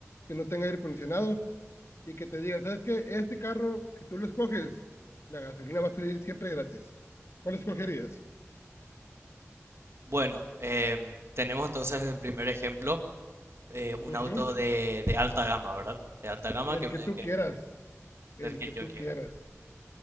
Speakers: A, on the left; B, on the right.
A: que no tenga aire acondicionado y que te digan, ¿sabes qué? Este carro, si tú lo escoges, la gasolina va a salir siempre gratis. ¿Cuál escogerías?
B: Bueno, em, tenemos entonces el primer ejemplo, eh, un
A: Ujú,
B: auto de, de alta gama, ¿verdad? De alta gama
A: El
B: que
A: que
B: me-
A: tú
B: que-
A: quieras, el
B: del que
A: que
B: yo
A: tú
B: quiera.
A: quieras.